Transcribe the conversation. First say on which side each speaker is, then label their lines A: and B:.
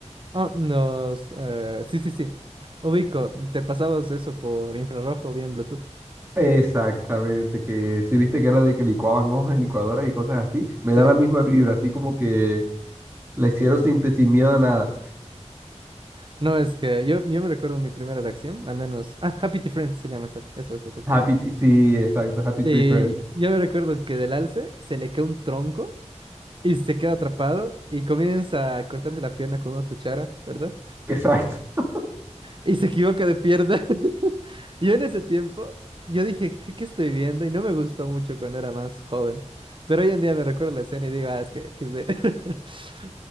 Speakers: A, on the right (about 45°); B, on the right (about 20°).
A: Ah, nos, eh, sí, sí, sí. Ubico, te pasabas eso por infrarrojo o bien Bluetooth.
B: Exactamente, que si viste que era de que licuaban hojas en licuadoras y cosas así, me da
A: Sí.
B: la misma vibra, así como que la hicieron sin, te- sin miedo a nada.
A: No, es que yo, yo me recuerdo mi primera reacción, al menos. Ah, Happy Tree Friends se llama esa. Eso, eso que estás
B: Happy, T- sí, exacto, Happy
A: Y
B: Tree Friends.
A: yo me recuerdo que del alce se le cae un tronco y se queda atrapado y comienza a cortarse la pierna con una cuchara, ¿verdad?
B: Exacto. <laughs>
A: Y se equivoca de pierna. <laughs> Yo en ese tiempo, yo dije, ¿qué, qué estoy viendo? Y no me gustó mucho cuando era más joven. Pero hoy en día me recuerdo la escena y digo, ah, es que quise... <laughs>